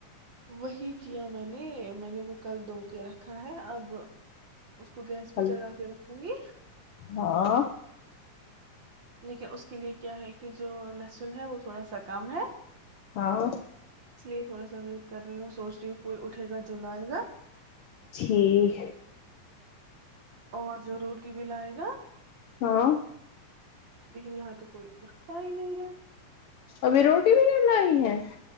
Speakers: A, on the right; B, on the left.
A: وہی کیا میں نے میں نے وہ کل د کے رکھا ہے اب اس کو گیس پہ
B: کل
A: چڑھا کے رکھوں گی
B: ہاں
A: لیکن اس کے لیے کیا ہے کہ جو لہسن ہے وہ تھوڑا سا کم ہے
B: ہاں
A: اس لیے تھوڑا سا ویٹ کر رہی ہوں سوچ رہی ہوں کوئی اٹھے گا جو لائے گا
B: ٹھیک
A: اور جو روٹی بھی لائے گا
B: ہاں
A: لیکن یہاں تو کوئی اشائی لین
B: ابھی روٹی بھی نہیں ہے